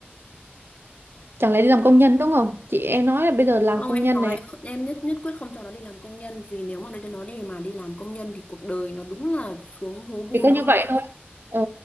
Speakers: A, on the right (about 65°); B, on the left (about 35°).
A: chẳng lẽ đi làm công nhân đúng không chị em nói là bây giờ làm
B: Không
A: công
B: em
A: nhân
B: nói
A: này
B: em nhất nhất quyết không cho nó đi làm công nhân vì nếu mà nó nó đi mà đi làm công nhân thì cuộc đời nó đúng là xuống hố bùn
A: chỉ có như
B: luôn
A: vậy thôi ờ,